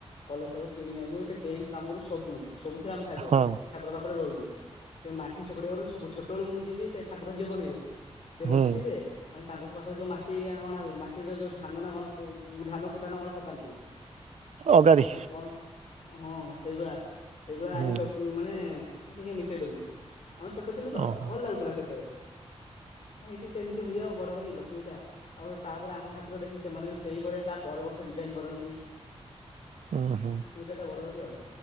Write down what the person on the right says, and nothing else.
ହଁ
ହୁଁ
ଅଗାଡ଼ି।
ହୁଁ
ଓହୋ
ହୁଁ ହୁଁ